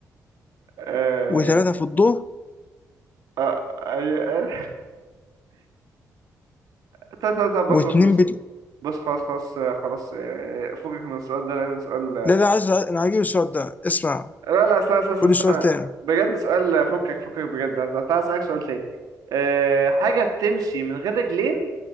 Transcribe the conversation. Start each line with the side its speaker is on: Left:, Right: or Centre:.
Right: آه،
Left: وثلاثة في الظهر
Right: آه، أي- <laughs> طب طب طب بص
Left: واتنين
Right: بص بص
Left: بال
Right: بص خلاص خلاص آه، خلاص آه، فكك من السؤال ده لأن سؤال آه،
Left: لا لا عايز أنا عاجبني السؤال ده اسمع
Right: لا لا استنى استنى
Left: قولي
Right: استنى
Left: سؤال تاني
Right: بجد سؤال فكك فكك بجد تعالى أسألك سؤال تاني آه، حاجة بتمشي من غير رجلين